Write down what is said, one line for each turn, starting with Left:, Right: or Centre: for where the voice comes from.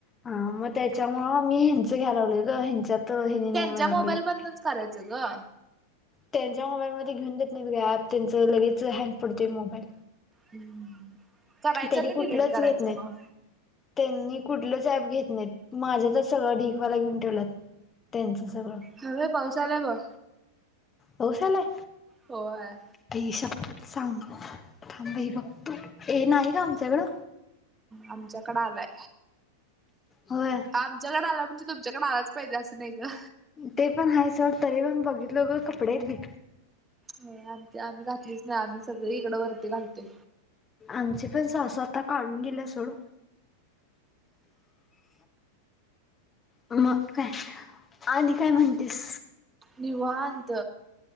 Left: हा मग त्याच्यामुळं मी ह्यांच घ्यायला लावल ग ह्यांच्यात. हेनी नाही
Right: त्यांच्या
Left: म्हणायला
Right: मोबाईल
Left: लागलेत
Right: मधनंच करायचं ग.
Left: त्यांच्या मोबाईलमध्ये घेऊन देत नाहीत ग ऍप. त्यांचं लगेच हँग पडतय मोबाईल.
Right: हं. करायचं
Left: त्यांनी
Right: नी
Left: कुठलंच
Right: डिलीट करायचं
Left: घेत नाहीत.
Right: म.
Left: त्यांनी कुठलंच ऍप घेत नाहीत. माझं तर सगळं ढीगवाला घेऊन ठेवल्यात. त्यांचं सगळं.
Right: हवे पाऊस आलाय बघ.
Left: पाऊस यायलाय?
Right: होय
Left: आई शबत सांग थांब बाई बघतो, ए नाही गं आमच्याकडं
Right: आमच्याकडे आलाय,
Left: होय.
Right: आमच्याकडे आलाय म्हणजी तुमच्याकडं आलाच पाहिजे असं नाही ना.
Left: ते पण हायस तरी पण बघितलं ग कपडे भि
Right: नाही आम आम्ही घातलीच नाही आम्ही सगळी इकडं वरती घालते.
Left: आमचे पण सासू आता काढून गेली सोडू अ ह, काय आणि काय म्हणतीस?
Right: निवांत